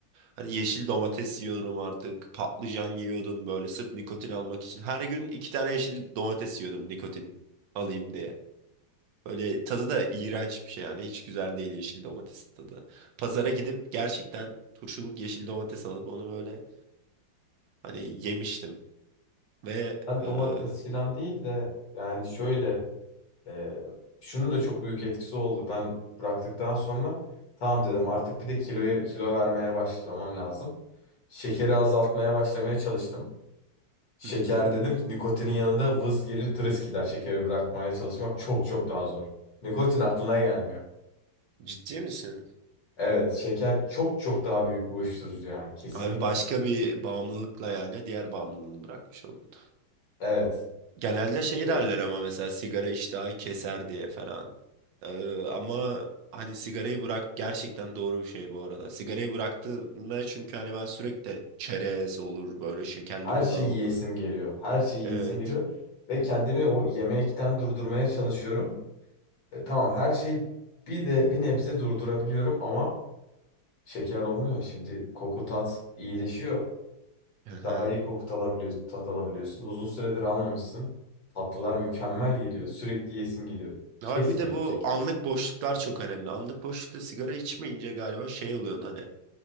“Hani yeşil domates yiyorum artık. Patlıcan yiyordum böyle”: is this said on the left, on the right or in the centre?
Right